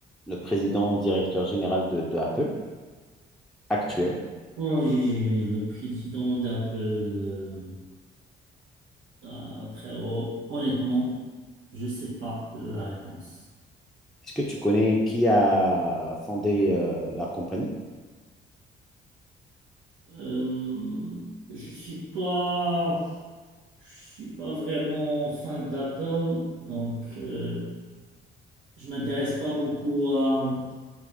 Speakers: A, in the centre; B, on the right.
A: le président directeur général de, de Apple actuel?
B: Bon, j'ai j'ai- le président d'Apple, euh, ah, frérot, honnêtement, je sais pas la réponse.
A: Est-ce que tu connais qui a fondé euh, la compagnie?
B: Euh, je suis pas, je suis pas vraiment fan d'Apple, donc euh, je m'intéresse pas beaucoup à,